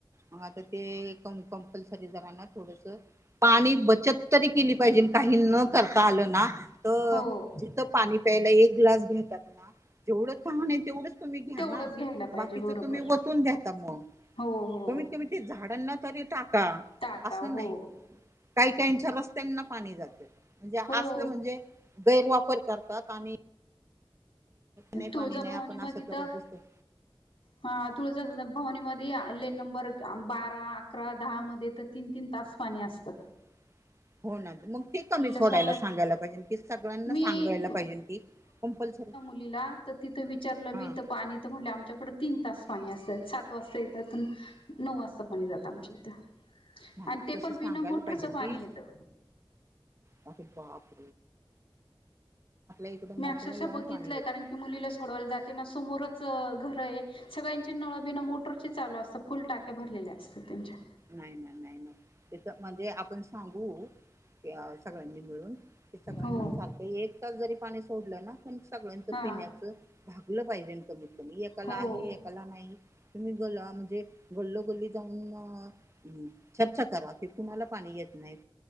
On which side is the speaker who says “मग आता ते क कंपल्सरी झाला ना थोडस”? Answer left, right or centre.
Right